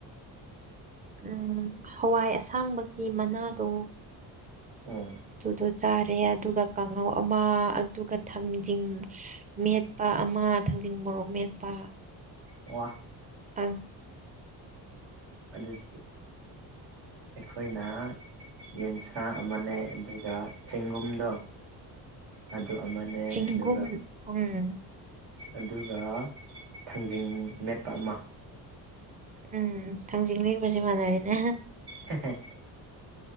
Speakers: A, on the right; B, on the right.
A: ꯎ ꯍꯋꯥꯏ ꯑꯁꯥꯡꯕꯒꯤ ꯃꯅꯥꯗꯣ
B: ꯎꯝ
A: ꯑꯗꯨꯨꯗꯣ ꯆꯥꯔꯦ ꯑꯗꯨꯒ ꯀꯥꯡꯉꯧ ꯑꯃ ꯑꯗꯨꯒ ꯊꯥꯡꯖꯤꯡ ꯃꯦꯠꯄ ꯑꯃ ꯊꯥꯡꯖꯤꯡ ꯃꯣꯔꯣꯛ ꯃꯦꯠꯄ
B: ꯋꯥ
A: ꯑꯝ
B: ꯑꯗꯨꯗꯤ ꯑꯩꯈꯣꯏꯅ ꯌꯦꯟꯁꯥꯡ ꯃꯅꯦ ꯑꯗꯨꯒ ꯆꯦꯡꯒꯨꯝꯗ ꯑꯗꯨ ꯑꯃꯅꯦ
A: ꯆꯤꯡꯒꯨꯝ
B: ꯑꯗꯨꯒ
A: ꯎꯝ
B: ꯑꯗꯨꯒ ꯊꯥꯡꯖꯤꯡ ꯃꯦꯠꯄ ꯑꯃ
A: ꯎꯝ ꯈꯥꯡꯖꯤꯡ ꯃꯦꯠꯄꯁꯦ ꯃꯥꯟꯅꯔꯦꯅꯦ
B: ꯍꯦ ꯍꯦ